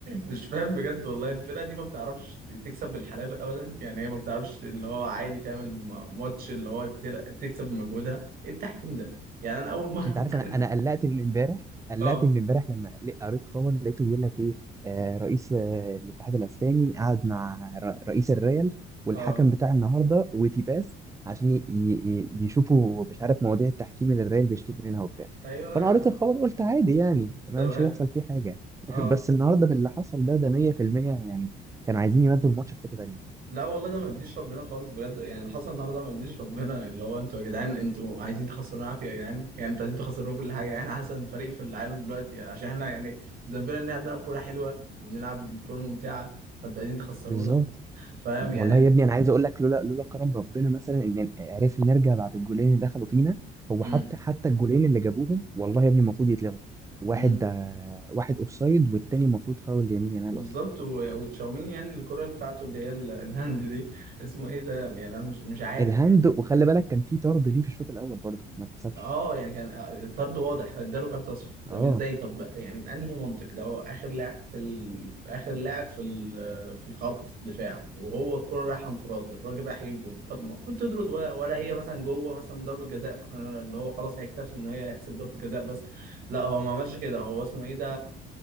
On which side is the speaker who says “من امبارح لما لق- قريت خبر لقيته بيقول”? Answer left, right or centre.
Right